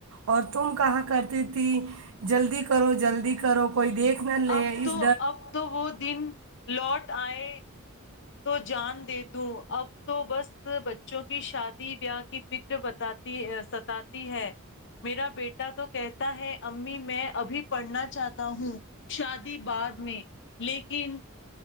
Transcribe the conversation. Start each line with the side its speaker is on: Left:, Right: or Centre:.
Right: اور تم کہا کرتی تھی جلدی کرو جلدی کرو کوئی دیکھ نہ لے
Left: اب تو
Right: اس
Left: اب تو وہ دن لارڈ آئے تو جان دے دوں اب تو بس بچوں کی شادی بیاہ کی فکر بتاتی ستاتی ہے میرا بیٹا تو کہتا ہے امی میں ابھی پڑھنا چاہتا ہوں شادی بعد میں لیکن